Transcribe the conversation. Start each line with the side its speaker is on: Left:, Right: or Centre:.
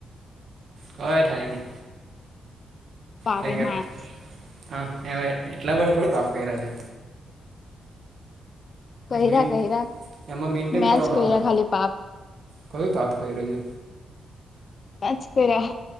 Right: કઈ થાય નઈ
Left: પાપી
Right: કારણકે
Left: માણસ
Right: હા એમેં એટલા બધા થોડી પાપ કર્યા છે
Left: કર્યા
Right: મેન
Left: કર્યા
Right: એમાં મેન્ટેન
Left: મે
Right: કરવાનો
Left: જ કર્યા
Right: આવે
Left: ખાલી પાપ
Right: કયું પાપ કર્યું છે
Left: મેજ કયરા